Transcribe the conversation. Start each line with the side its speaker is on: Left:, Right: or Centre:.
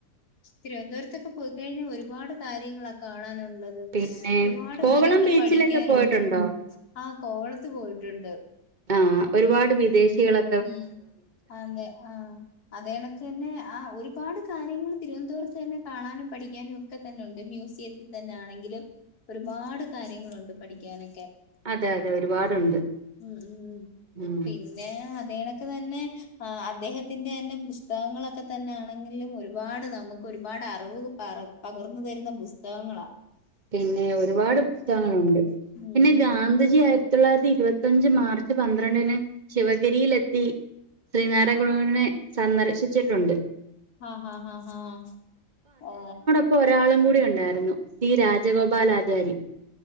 Left: തിരുവനന്തപുരത്തൊക്കെ പോയിക്കഴിഞ്ഞാൽ ഒരുപാട് കാര്യങ്ങളാ കാണാനുള്ളത്
Right: പിന്നെ
Left: ഒരുപാട്
Right: കോവളം
Left: കാര്യങ്ങള്
Right: ബീച്ചിലൊക്കെ
Left: പഠിക്കാനുംണ്ട്
Right: പോയിട്ടുണ്ടോ
Left: ആ കോവളത്ത് പോയിട്ടുണ്ട്
Right: ആഹ് ഒരുപാട് വിദേശികളൊ
Left: ഉം അതെ ആഹ് അതേ കണക്ക് തന്നെ ആ ഒരുപാട് കാര്യങ്ങൾ തിരുവനന്തപുരത്ത് തന്നെ കാണാനും പഠിക്കാനും ഒക്കെ തന്നെ ഉണ്ട് മ്യൂസിയത് തന്നാണെങ്കിലും ഒരുപാട് കാര്യങ്ങളുണ്ട് പഠിക്കാനൊക്കെ
Right: അതെ അതെ ഒരുപാടുണ്ട്
Left: ഉം ഉം
Right: ഉം
Left: പിന്നെ അതേണക്കെ തന്നെ ആ അദ്ദേഹത്തിന്റെ തന്നെ പുസ്തകങ്ങളൊക്കെ തന്നെ ആണെങ്കിലും ഒരുപാട് നമുക്ക് ഒരുപാട് അറിവ് പകർ പകർന്നു തരുന്ന പുസ്തകങ്ങളാ
Right: പിന്നെ ഒരുപാട് പുസ്തകങ്ങളുണ്ട്
Left: ഉം
Right: പിന്നെ ഗാന്ധിജി ആയിരത്തി തൊള്ളായിരത്തി ഇരുപത്തിയഞ്ച് മാർച്ച് ച്ച് പന്ത്രണ്ടിന് ശിവഗിരിലെത്തി ശ്രീനാരായ ഗുണുവിനെ സന്ദർശിച്ചിട്ടുണ്ട്
Left: ആഹ് ആഹ് ആഹ് ഓ
Right: ഇപ്പോ ഒരാളും കൂടി ഉണ്ടായിരുന്നു സ്രീ രാജഗോപാൽ ആചാര്യ